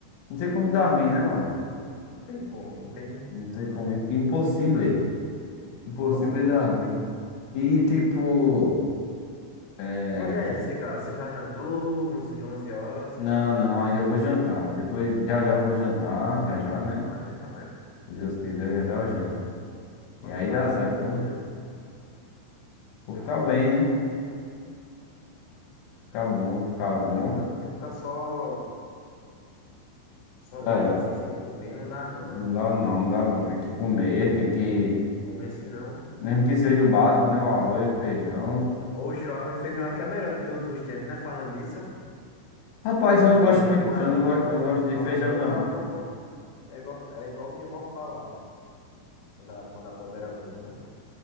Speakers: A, on the left; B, on the left.
A: não tem como dar ruim, né, mano?
B: Não tem como, não tem.
A: Não tem como. Impossível. Impossível
B: Posso.
A: dar ruim. E tipo, é...
B: Mas é
A: fu-
B: isso aí, cara. Você já jantou? onze onze horas, você
A: não,
B: já jantou?
A: não, ainda eu vou jantar. Depois, já já eu vou jantar, já já, né?
B: Já vai jantar, né?
A: Se Deus quiser, já já eu janto.
B: Vai
A: E aí
B: ficar
A: dá certo,
B: daquele
A: né?
B: modelo.
A: Vou ficar bem, né? Ficar bom, vou ficar
B: Ficar
A: bom.
B: bem, mano, porque ficar só, só de
A: É,
B: boa assim, sem comer, não dá não.
A: não dá não, não dá não. Tem que comer, tem que.
B: Comer se não.
A: Mesmo que seja o básico, né? O arroz, o feijão.
B: Oxe, o arroz e feijão aqui é o melhor de todos os tempos, né? Falando nisso,
A: Rapaz,
B: gosto
A: eu não
B: também
A: gosto muito.
B: do arroz.
A: Eu não gosto,
B: Do,
A: eu
B: ar-
A: não gosto de
B: do
A: feijão,
B: arroz eu-
A: não.
B: é o que eu como. É igual, é igual minha avó falava, quando a, quando a pobre era viva, né?